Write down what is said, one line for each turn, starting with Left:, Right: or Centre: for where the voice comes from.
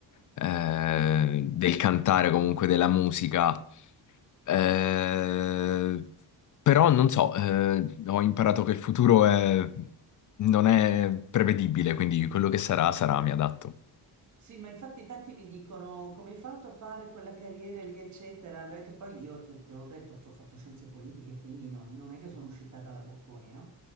Left: eh, del cantare, comunque della musica. Eh, però non so, eh, ho imparato che il futuro è- non è prevedibile, quindi quello che sarà, sarà, mi adatto.
Right: Sì, ma infatti tanti mi dicono come hai fatto a fare quella carriera lì, eccetera, perché poi io ti, ti ho detto, ci ho fatto scienze politiche, quindi non, non è che sono uscita dalla Bocconi, no?